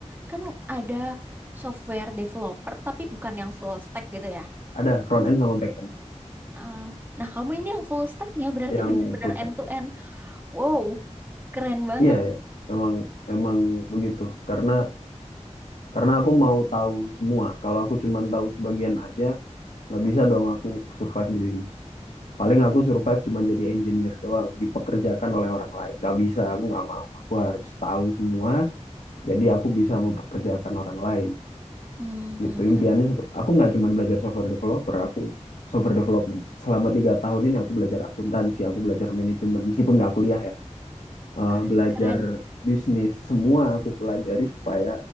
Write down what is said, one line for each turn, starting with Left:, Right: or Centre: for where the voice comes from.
Right: kan ada software developer tapi bukan yang full stack gitu ya.
Left: Ada front end sama back end
Right: Ah, nah, kamu ini yang full stacknya berarti
Left: yang
Right: benar-benar
Left: full stack.
Right: end to end. Wow, keren banget.
Left: Iya, ya. Emang emang begitu. Karena karena aku mau tahu semua. Kalau aku cuma tahu sebagian aja, nggak bisa dong aku survive di sini. Paling aku survive cuma jadi engineer doang, dipekerjakan oleh orang lain. Nggak bisa, aku nggak mau. Aku harus tahu semua, jadi aku bisa mempekerjakan orang lain.
Right: Hmm,
Left: Gitu. Impiannya, sep- aku nggak cuma belajar software developer, aku software development. Selama tiga tahun ini aku belajar akuntansi, aku belajar manajemen, meskipun nggak kuliah ya eh,
Right: keren
Left: belajar
Right: keren.
Left: bisnis semua aku pelajari supaya